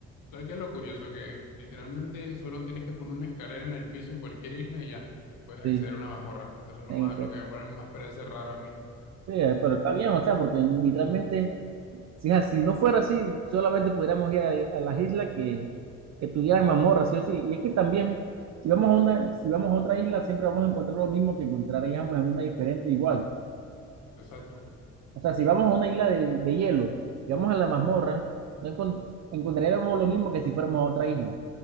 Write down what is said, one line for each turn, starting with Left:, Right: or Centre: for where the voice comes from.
Left: ¿Sabes qué es lo curioso? Que literalmente solo tienes que poner una escalera en el piso en cualquier isla y ya puedes
Right: sí,
Left: acceder a una mazmorra. Eso es lo
Right: en
Left: más,
Right: efecto.
Left: lo que me pare- más parece raro a mí.
Right: Sí, eh, pero está bien, o sea, porque literalmente, si, es- si no fuera así, solamente pudiéramos ir a, a las islas que, que tuvieran mazmorra, sí o sí, y es que también, si vamos a una, si vamos a otra isla, siempre vamos a encontrar lo mismo que encontraríamos en una diferente igual.
Left: Exacto.
Right: O sea, si vamos a una isla de, de hielo y vamos a la mazmorra, no encon- encontraríamos lo mismo que si fuéramos a otra isla.